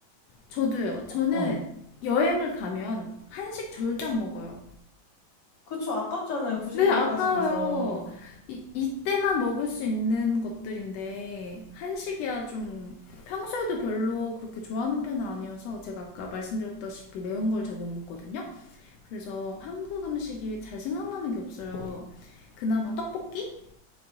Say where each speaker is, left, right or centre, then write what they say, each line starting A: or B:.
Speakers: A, on the left; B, on the left.
A: 저도요.
B: 어,
A: 저는
B: 어.
A: 여행을 가면 한식 절대 안 먹어요.
B: 그쵸. 아깝잖아요. 굳이
A: 네,
B: 거기까지
A: 아까워요.
B: 가서.
A: 이, 이때만 먹을 수 있는 것들인데 한식이야 좀 평소에도 별로 그렇게 좋아하는 편은 아니어서 제가 아까 말씀드렸다시피 매운 걸 잘 못 먹거든요. 그래서 한국 음식이 잘 생각나는 게 없어요. 그나마 떡볶이